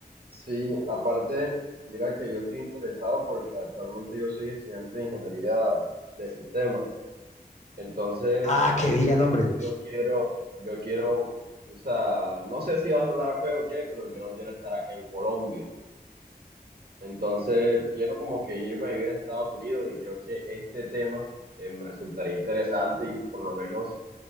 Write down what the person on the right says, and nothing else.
Sí, aparte, mira que yo estoy interesado porque actualmente yo soy estudiante de ingeniería de sistemas. Entonces,
evidentemente
yo quiero, yo quiero, o sea, no sé si va a sonar feo o qué, pero yo no quiero estar acá en Colombia. Entonces, quiero como que irme a vivir a Estados Unidos y creo que este tema eh, me resultaría interesante y por lo menos